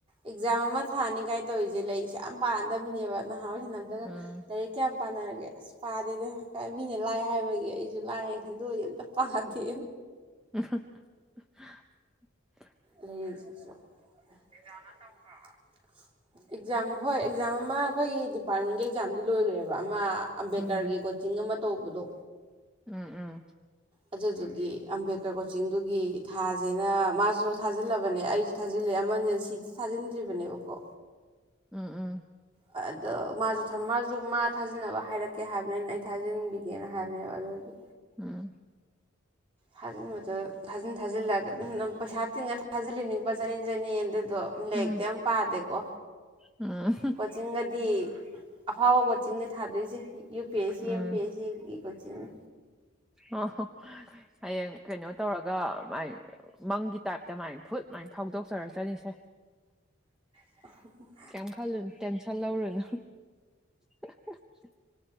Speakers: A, on the right (about 25°); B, in the centre.
A: ꯑꯦꯛꯖꯥꯝ ꯑꯃ ꯊꯥꯅꯤꯉꯥꯏ ꯇꯧꯔꯤꯁꯦ ꯂꯩꯔꯤꯛꯁꯦ ꯌꯥꯝ ꯄꯥꯗꯕꯤꯅꯦꯕ ꯅꯍꯥꯟꯋꯥꯏ ꯁꯅꯕ ꯑꯗꯨꯒ
B: ꯎꯝ
A: ꯂꯥꯏꯔꯤꯛ ꯀꯌꯥꯝ ꯄꯥꯅꯔꯒꯦ ꯑꯁ ꯄꯥꯗꯦꯅꯦ ꯃꯤꯅ ꯂꯥꯏ ꯍꯥꯏꯕꯒꯤ ꯑꯩꯁꯨ ꯂꯥꯏ ꯌꯦꯡꯍꯟꯗꯣꯏ ꯑꯝꯇ ꯄꯥꯗꯦ
B: ꯑꯍꯥ <unintelligible>
A: ꯂꯩꯔꯤꯁꯤꯁꯨ ꯑꯦꯛꯖꯝꯅꯥ ꯇꯧꯒꯔꯕꯥ ꯑꯦꯛꯖꯥꯝ ꯍꯣꯏ ꯑꯦꯛꯖꯥꯝ ꯑꯃ ꯑꯩꯈꯣꯏꯒꯤ ꯗꯤꯄꯥꯔꯠꯃꯦꯟꯒꯤ ꯑꯦꯛꯖꯥꯝꯗꯤ ꯂꯣꯏꯈꯒ꯭ꯔꯦꯕ ꯑꯃ ꯑꯝꯕꯦꯀꯔꯒꯤ
B: ꯎꯝ
A: ꯀꯣꯆꯤꯡ ꯑꯃ ꯇꯧꯕꯗꯣ
B: ꯎꯝ ꯎꯝ
A: ꯑꯗꯨꯗꯨꯒꯤ ꯑꯝꯕꯦꯀꯔ ꯀꯣꯆꯤꯡꯗꯨꯒꯤ ꯊꯥꯖꯦꯅ ꯃꯥꯁꯨ ꯊꯥꯖꯤꯜꯂꯕꯅꯦ ꯑꯩꯁꯨ ꯊꯥꯖꯤꯜꯂꯦ ꯑꯃꯅ ꯖꯦꯁꯤꯗꯤ ꯊꯥꯖꯤꯟꯗ꯭ꯔꯤꯕꯅꯦꯕꯀꯣ
B: ꯎꯝ ꯎꯝ
A: ꯑꯗꯣ ꯃꯥꯁꯨ ꯊꯝ ꯃꯥꯁꯨ ꯃꯥ ꯊꯥꯖꯤꯟꯅꯕ ꯍꯥꯏꯔꯛꯀꯦ ꯍꯥꯏꯕꯅꯦ ꯑꯩꯅ ꯑꯩ ꯊꯥꯖꯟꯕꯤ ꯒꯦꯅ ꯍꯥꯏꯕꯅꯦꯕ ꯑꯗꯨ ꯑꯣꯏꯖꯨ
B: ꯎꯝ
A: ꯊꯥꯖꯤꯟꯕꯗꯣ ꯊꯥꯖꯤꯟ ꯊꯥꯖꯤꯜꯂꯒ ꯑꯗꯨꯝ ꯄꯩꯁꯥ ꯇꯤꯡꯉꯥ ꯊꯥꯖꯤꯜꯂꯤꯅꯤ ꯂꯨꯄꯥ ꯆꯅꯤ ꯆꯅꯤ ꯑꯗꯨꯗꯣ ꯂꯥꯏꯔꯤꯛꯇꯤ
B: ꯎꯝ
A: ꯑꯝ ꯄꯥꯗꯦꯀꯣ
B: ꯎꯝ
A: ꯀꯣꯆꯤꯡꯒꯗꯤ ꯑꯐꯥꯎꯕ ꯀꯣꯆꯤꯡꯅꯦ ꯊꯥꯗꯣꯏꯁꯦ U P S C
B: ꯎꯝ
A: M P ꯑꯦꯁ ꯁꯤꯒꯤ ꯀꯣꯆꯤꯡꯅꯦ
B: ꯑꯣ ꯍꯣ ꯍꯌꯦꯡ ꯀꯩꯅꯣ ꯇꯧꯔꯒ ꯃꯥꯏ ꯃꯪꯒꯤ ꯇꯥꯏꯞꯇ ꯃꯥꯏ ꯐꯨꯠ ꯃꯥꯏ ꯐꯥꯎꯗꯣꯛꯆꯔꯛꯆꯥꯅꯤ ꯁꯦ
A: ꯍꯨꯝ ꯍꯨꯝ
B: ꯀꯩꯝ ꯈꯜꯂꯨꯅꯨ ꯇꯦꯟꯁꯟ ꯂꯧꯔꯨꯅꯨ <unintelligible>